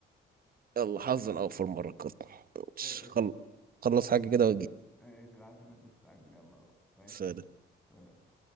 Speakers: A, on the right; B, in the centre.
A: يلا حظا اوفر مرة كده مش
B: ايش
A: خل... خلص حاجة كده
B: ايش انا عارف انك مستعجل يلا روح ماشي
A: واجيلك
B: يا غالي. سلام